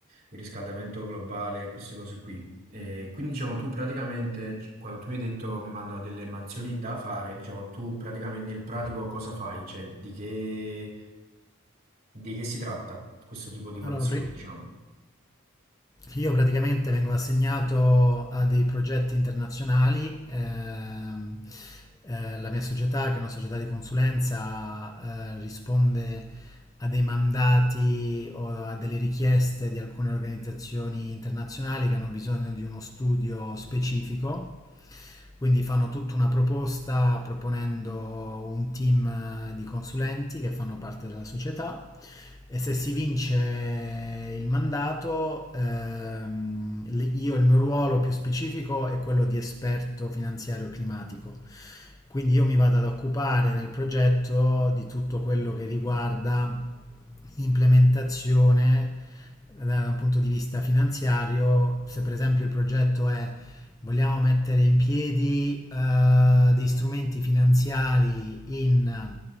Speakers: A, on the right (about 45°); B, on the left (about 15°).
A: il riscaldamento globale, queste cose qui. E quindi, diciamo, tu praticamente, c- quando tu mi hai detto mi mandano delle mansioni da fare, diciamo, tu praticamente nel pratico cosa fai? Cioè, di che, di che si tratta questo tipo di mansioni,
B: Allora, pri-
A: diciamo?
B: io praticamente vengo assegnato a dei progetti internazionali. ehm, eh, la mia società, che è una società di consulenza, eh, risponde a dei mandati o a delle richieste di alcune organizzazioni internazionali che hanno bisogno di uno studio specifico. Quindi fanno tutta una proposta proponendo un team eh, di consulenti che fanno parte della società e se si vince il mandato, ehm, le- io il mio ruolo più specifico è quello di esperto finanziario climatico. Quindi io mi vado ad occupare nel progetto di tutto quello che riguarda l'implementazione eh, da un punto di vista finanziario. Se per esempio il progetto è vogliamo mettere in piedi eh, dei strumenti finanziari in